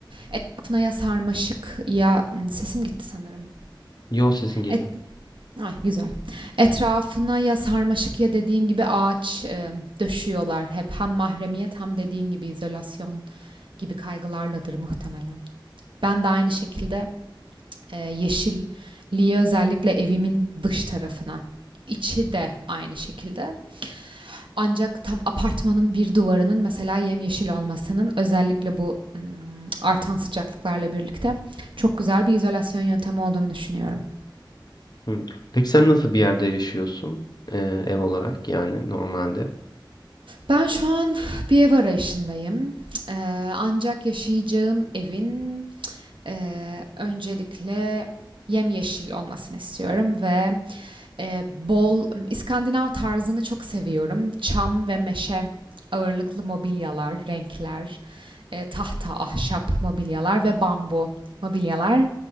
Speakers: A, on the right; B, on the left.
A: etrafına ya sarmaşık ya m, sesim gitti sanırım.
B: Yol sesin geliyor.
A: Et, ay, güzel. Etrafına ya sarmaşık ya dediğin gibi ağaç e, döşüyorlar hep. Hem mahremiyet hem dediğin gibi izolasyon gibi kaygılarladır muhtemelen. Ben de aynı şekilde e, yeşilliği özellikle evimin dış tarafına. İçi de aynı şekilde. Ancak tam apartmanın bir duvarının mesela yemyeşil olmasının özellikle bu ım, artan sıcaklıklarla birlikte çok güzel bir izolasyon yöntemi olduğunu düşünüyorum.
B: Hı. Peki sen nasıl bir yerde yaşıyorsun e, ev olarak yani normalde?
A: Ben şu an bir ev arayışındayım. Eee, ancak yaşayacağım evin eee öncelikle yemyeşil olmasını istiyorum ve Ee, bol İskandinav tarzını çok seviyorum. Çam ve meşe ağırlıklı mobilyalar, renkler, e, tahta, ahşap mobilyalar ve bambu mobilyalar